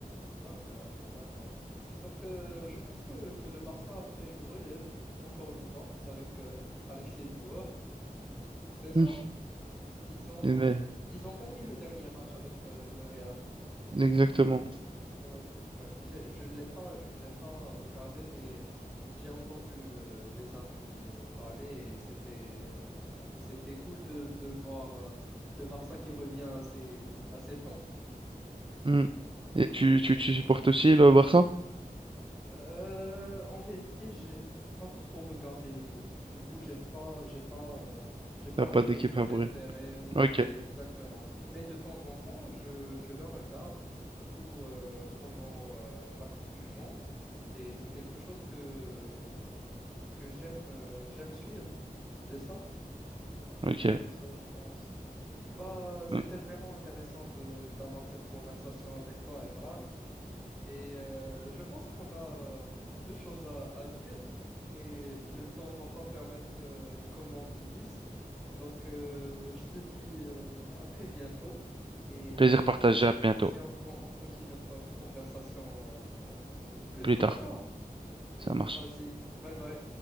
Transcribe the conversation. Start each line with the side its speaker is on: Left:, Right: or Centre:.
Centre: D'accord, d'accord. Donc, euh, je pense que, que le Barça a fait une relève, encore une fois, avec, euh, avec ses joueurs. C'est ça?
Right: Mm.
Centre: Ils ont,
Right: Et- mais-
Centre: euh, ils ont gagné le dernier match avec euh, le Real.
Right: Exactement.
Centre: Ouais, ouais. Je, je l'ai pas, je l'ai pas regardé, mais j'ai entendu euh, des amis euh, parler et c'était euh, c'était cool de, de voir euh, le Barça qui revient à ses, à ses temps.
Right: Mm. Et tu, tu, tu supportes aussi le Barça?
Centre: Euh, en vérité, j'aime pas trop regarder le foot. Du coup, j'aime pas, j'ai pas, euh, j'ai pas
Right: T'as
Centre: un
Right: pas
Centre: club
Right: d'équipe
Centre: préféré.
Right: favorite.
Centre: Oui,
Right: Ok,
Centre: oui, exactement. Mais de temps en temps, je, je le regarde, surtout euh, pendant euh, la Coupe du Monde. Et c'est quelque chose que que j'aime, euh, j'aime suivre. C'est ça,
Right: ok.
Centre: c'est ça, je pense. Bah, c'était
Right: Mm.
Centre: vraiment intéressant de d'avoir cette conversation avec toi, Emran. Et euh, je pense qu'on a beaucoup de choses à, à dire, mais le temps va pas permettre euh, qu'on en finisse. Donc, euh, je te dis euh, à très bientôt. Et
Right: Plaisir
Centre: euh,
Right: partagé, à bientôt.
Centre: vas-y, on, con- on continue notre conversation euh, plus
Right: Plus
Centre: tôt,
Right: tard,
Centre: d'accord?
Right: ça marche.
Centre: Vas-y, bye bye.